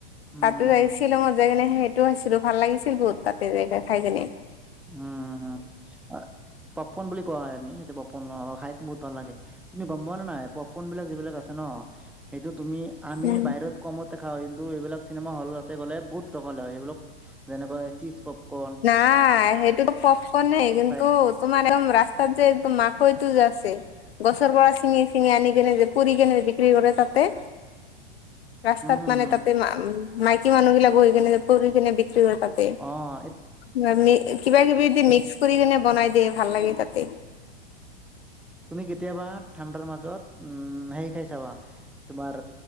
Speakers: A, in the centre; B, on the left.
A: উম
B: তাতে
A: হম
B: যাই
A: হম
B: শ্বিলঙত যাই কেনে সেই টো আহিছিলো ভাল লাগিছিল বহুত তাতে যাই কে খাই কেনে।
A: উম উম উম পপকন বুলি কোৱা হয় আমি সেইটো পপকন অ অ খাই বহুত ভাল লাগে। তুমি গম পোৱা নে নাই পপকন বিলাক যিবিলাক আছে ন সেইটো তুমি আমি
B: উম
A: বাহিৰত কমতে খোৱা হয় কিন্তু এইবিলাক চিনেমা হলত তাতে গ'লে বহুত টকা লয় সেইবিলাক যেনেকৈ চিপজ পপকন
B: পায় সেইটোতো পপকনে কিন্তু
A: ফ্ৰাইড
B: তোমাৰ একদম ৰাস্তাত যে একদম মাকৈটো যে আছে গছৰ পৰা ছিঙি ছিঙি আনি কেনে যে পুৰি কেনে বিক্ৰী কৰে তাতে।
A: <inaudible>
B: ৰাস্তাত মানে
A: হম
B: তাতে মা, মাইকী মানুহবিলাকো সেইকাৰণেই <unintelligible> কেনে বিক্ৰী কৰে তাতে।
A: অ', এ
B: মামি কিবা কিবি দি মিক্স কৰি কেনে বনাই দিয়ে, ভাল লাগে তাতে।
A: তুমি কেতিয়াবা ঠাণ্ডাৰ মাজত, উম হেৰি খাই চাবা তোমাৰ,